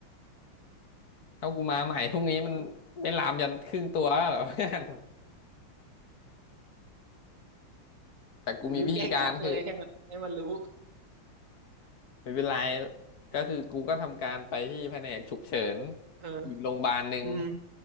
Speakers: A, on the left; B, on the right.
A: ถ้ากูมาใหม่พรุ่งนี้มันไม่ลามยันครึ่งตัวแล้วเหรอ <laughs> เพื่อนแต่กูมีวิธีการคือ
B: หรือมึงแกล้งชักเลยให้มันให้มันรู้
A: ไม่เป็นไรก็คือกูก็ทำการไปที่แผนกฉุกเฉิน
B: เออ
A: อีกโรงพยาบาลหนึ่ง
B: อืม